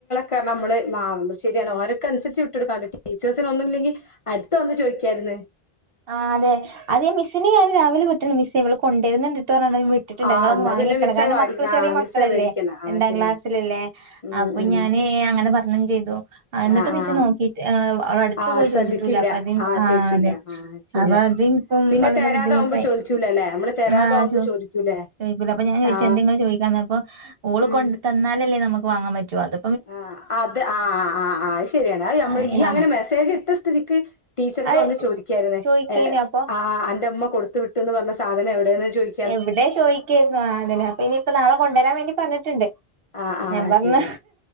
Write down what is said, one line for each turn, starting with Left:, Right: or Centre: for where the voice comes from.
Left: കാരണം. നമ്മള് ശരിയാണ്. ഓര്ക്കനുസരിച്ച് വിട്ടൊടുക്കാലോ ടീച്ചേഴ്സിനൊന്നുംല്ലെങ്കിൽ അടുത്ത് വന്ന് ചോയ്ക്കായിര്ന്ന്‌.
Right: ആ അതെ മിസ്സിനെ ഞാൻ രാവിലെ വിട്ടണ്ട്. മിസ്സേ ഇവള് കൊണ്ടര്ന്ന്‌ണ്ട്ട്ടൊ പർഞ് വി വിട്ടിട്ടുണ്ട്.
Left: ആ
Right: ഇങ്ങളൊന്നു
Left: എന്നാ
Right: വാങ്ങിക്കണം,
Left: പിന്നെ മിസ്സേ
Right: കാരണം
Left: വാടി
Right: മക്കൾ
Left: ആ
Right: ചെറിയ മക്കളല്ലേ,
Left: മിസ്സേ പേടിക്കണ്ട. ആ
Right: രണ്ടാം
Left: ശരിയാണ്.
Right: ക്ലാസ്സിലല്ലേ.
Left: ഉം
Right: അപ്പൊ
Left: ഉം.
Right: ഞാന് അങ്ങനെ പർഞ്ഞും ചെയ്തു, എന്നിട്ട്
Left: ആ
Right: മിസ്സ്‌
Left: ആ.
Right: നോക്കി അവടെ അടുത്ത്
Left: ആ
Right: പോയി
Left: ശ്രദ്ധിച്ചില്ല.
Right: ചോദിച്ചിട്ടൂല്ല, അപ്പൊ അത് ആ,
Left: ചോദിച്ചില്ല.
Right: അതെ
Left: ആ ശരിയാ.
Right: അപ്പൊ അത്ൻക്കും
Left: പിന്നെ
Right: വളരെ
Left: തരാതാവുമ്പോ
Right: ബുദ്ധിമുട്ടായി.
Left: ചോദിക്കൂലല്ലേ? നമ്മള് തരാതാവുമ്പോ
Right: ആ, ചോ
Left: ചോദിക്കൂലേ?
Right: ചോയ്കൂല, അപ്പൊ ഞാൻ ചോയ്ച്ച്
Left: ആ.
Right: എന്തെ ങ്ങൾ ചോയ്ക്കാഞ്ഞെ, അപ്പോ ഓള്
Left: ഉം.
Right: കൊണ്ട് തന്നാലല്ലേ, നമുക്ക് വാങ്ങാൻ പറ്റു അത്.
Left: ആ, അത് ആ, ആ, അത് ശരിയാണ്, നമ്മള്
Right: ആ,
Left: ഈ
Right: ആ,
Left: അങ്ങനെ മെസ്സേജ് ഇട്ട സ്ഥിതിക്ക് ടീച്ചർക്ക്
Right: അത്
Left: വന്ന് ചോദിക്കായിരുന്ന്‌,
Right: ചോദിക്കേനു അപ്പൊ
Left: ആ അന്റെ അമ്മ കൊടുത്ത് വിട്ട്ന്ന് പറഞ്ഞ സാധനം എവിടെന്ന് ചോയ്
Right: എവിടെ ചോയ്ക്കായിരുന്നു, ആ, അതിനെ അപ്പൊ ഇനിയിപ്പ നാളെ കൊണ്ടുവരാൻ വേണ്ടി പർഞ്ഞിട്ടുണ്ട്.
Left: ആ ആ
Right: ഞാൻ പർഞ്ഞ്
Left: ശരി